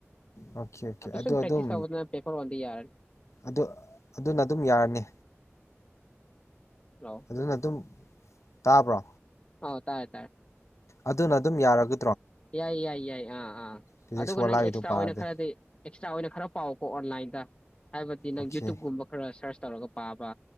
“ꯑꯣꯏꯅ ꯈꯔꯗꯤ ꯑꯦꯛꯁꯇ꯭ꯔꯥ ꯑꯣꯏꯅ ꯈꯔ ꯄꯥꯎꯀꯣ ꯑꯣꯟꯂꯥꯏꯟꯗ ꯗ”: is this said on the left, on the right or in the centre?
Left